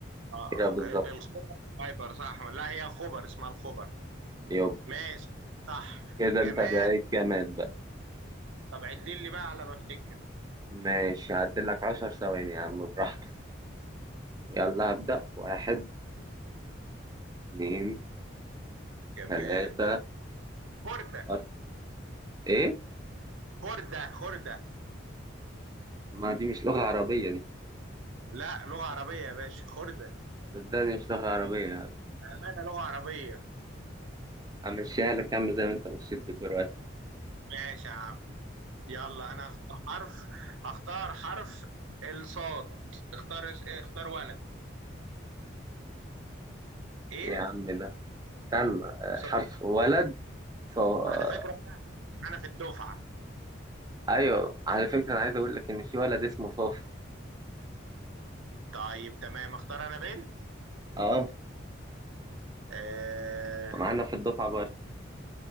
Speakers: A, on the right; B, on the right.
A: اه
B: كده بالظبط
A: الخبر خيبر صح لا هي خبر اسمها الخبر
B: يب
A: ماشي صح
B: كده انت
A: جماد
B: بقيت جامد بقى
A: طب عدل لي بقى على ما افتكر
B: ماشي هعدل لك عشر ثواني يا عم براحتك يلا هبدأ واحد اتنين
A: جماد
B: تلاتة
A: خردة
B: أربعة ايه
A: خردة خردة
B: ما دي مش لغة عربية دي
A: لا لغة عربية يا باشا خردة
B: صدقني مش لغة عربية
A: أمانة لغة عربية
B: همشيها لك يا عم زي ما انت مشيت لي كرواتي
A: ماشي يا عم يلا أنا هختار حرف هختار حرف الصاد اختار اس- إيه، اختار ولد إيه؟
B: يا عم ده استنى آه،
A: صاد
B: حرف ولد صو... آه،
A: على فكرة أنا في الدفعة
B: ايوه على فكره انا عايز اقول لك ان في ولد اسمه صافي
A: طيب تمام اختار أنا بنت
B: اه
A: آه...
B: معانا في الدفعه برضه